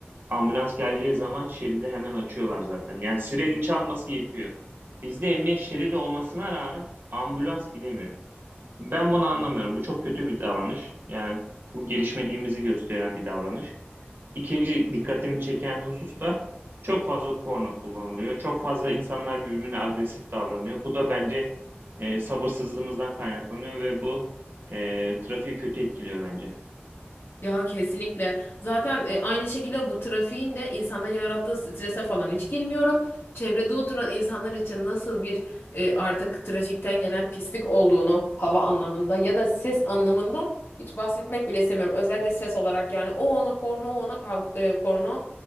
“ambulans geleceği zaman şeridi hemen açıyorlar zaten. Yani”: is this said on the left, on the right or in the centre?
Right